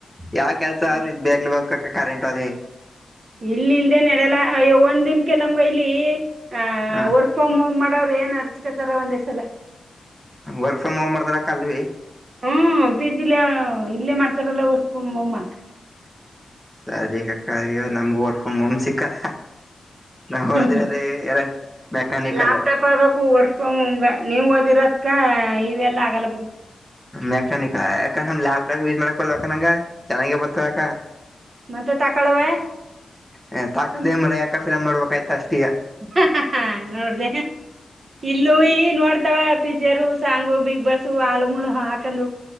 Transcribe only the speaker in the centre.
ಯಾವ ಕೆಲ್ಸ
ಅವರು ಇದ್ ಬಕ್ಬೇಕ ಕರೆಂಟ್ ಅದೆೇ
ಹ
ವರ್ಕ್ ಫ್ರಮ್ ಹೋಮ್ ಮಾಡ್ದಾರ ಕಲ್ವಿ
ಸರಿ ಅಕ್ಕ ನಮ್ಗ ವರ್ಕ್ ಫ್ರಮ್ ಹೋಮ್ ಸಿಕ್ಕಲ್ಲ ನಾವ್
ಓದಿರೋದೇ ಎಲ್ಲ ಮೆಕ್ಯಾನಿಕಲ್
ಮೆಕ್ಯಾನಿಕಾ ಯಕಂದ್ ಲ್ಯಾಪ್ಟಾಪ್ ಯೂಸ್ ಮಾಡಕಲ್ಲ ಯಕಂಗ ಚೆನ್ನಾಗ ಬರ್ತವೆ ಅಕ
ಹ ತಾಕದ ಮಳೆ ಯಾಕಫ ಮಾಡ್ಬೇಕಾಯ್ತ ಅಷ್ಟ